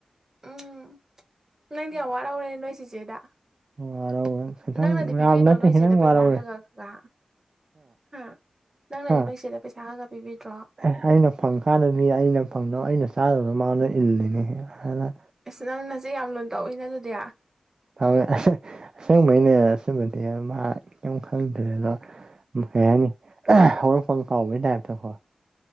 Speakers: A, on the right; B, on the right.
A: ꯎꯝ ꯅꯪꯗꯤ ꯌꯥꯝ ꯋꯥꯔꯧꯔꯦ ꯅꯣꯏ ꯆꯤꯆꯦꯗ
B: ꯋꯥꯔꯧꯔꯦ ꯈꯤꯇꯪ
A: ꯅꯪꯅꯗꯤ
B: ꯌꯥꯝ
A: ꯄꯤꯕꯤꯗ꯭ꯔꯣ
B: ꯅꯠꯇꯦ
A: ꯅꯣꯏꯆꯦꯗ
B: ꯈꯤꯇꯪ
A: ꯄꯩꯁꯥ
B: ꯋꯥꯔꯧꯔꯦ
A: ꯈꯥꯒ ꯈꯥꯒ ꯍꯥ ꯅꯪꯅꯗꯤ
B: ꯍꯥ
A: ꯅꯣꯏꯆꯦꯗ ꯄꯩꯁꯥ ꯈꯔꯒ ꯄꯤꯕꯤꯗ꯭ꯔꯣ
B: ꯑꯦ ꯑꯩꯅ ꯐꯪ ꯀꯥꯟꯗꯗꯤ ꯑꯩꯅ ꯐꯪꯗꯧ ꯑꯩꯅ ꯆꯥꯗꯧꯕ ꯃꯥꯉꯣꯟꯗ ꯏꯜꯂꯤꯅꯦꯍꯦ ꯑꯩꯅ
A: ꯏꯁ ꯅꯪ ꯅꯆꯦ ꯌꯥꯝ ꯂꯨꯅ ꯇꯧꯏꯅ ꯑꯗꯨꯗꯤ
B: ꯇꯧꯋꯦ ꯑꯁꯦꯡꯕꯩꯅꯦ ꯑꯁꯦꯡꯕꯗꯤ ꯃꯥ ꯀꯩꯌꯤꯝ ꯈꯪꯗ꯭ꯔꯦ ꯑꯗꯣ ꯀꯩ ꯍꯥꯏꯅꯤ <unintelligible> ꯍꯧꯔꯛꯐꯝ ꯀꯥꯎꯕꯩ ꯇꯥꯏꯞꯇꯀꯣ